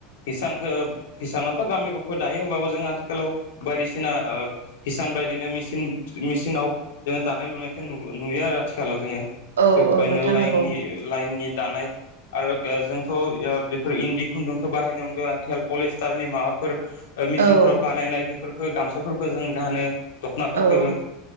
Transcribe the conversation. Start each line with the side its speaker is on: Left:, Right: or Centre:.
Left: हिसानखौ हिसानावथ' गामि गफ दायो होमबाबो जों आथिखालाव बायदिसिना ओ हिसान बायदिनो मसिन मेचिनाव जोङो दानाय लुनायखौ नु-नुयो आरो आथिखालाव जोङो
Right: औ
Left: <unintelligible>
Right: औ नोंथां
Left: लाइननि
Right: नंगौ
Left: लाइननि दानाय आरो ओ जोंथ' ओ बेफोर इन्दि खुन्दुंखौ बाहायनो अनगा आथिखाल पलिस्टारनि माबाफोर ओ मेचिनफोराव
Right: औ
Left: बानायनाय बेफोरखौ गामसाफोरखौ जों गानो दख'नाफोरखौबो
Right: औ